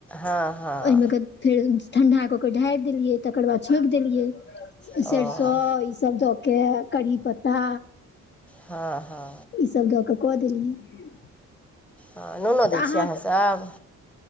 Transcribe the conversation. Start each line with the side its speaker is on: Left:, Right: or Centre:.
Centre: हँ हँ
Left: ओहिमे फेर ठणंढाकऽ ओ ढारि देलियै तकर बाद छौंकि देलियै
Centre: ओ
Left: सरसो ईसभ दऽ कऽ कढ़ी पत्ता
Centre: हँ हँ
Left: ईसभ दऽ कऽ कऽ देलियै
Centre: हँ नूनो
Left: तऽ
Centre: दै छी
Left: अहाँ
Centre: अहाँसभ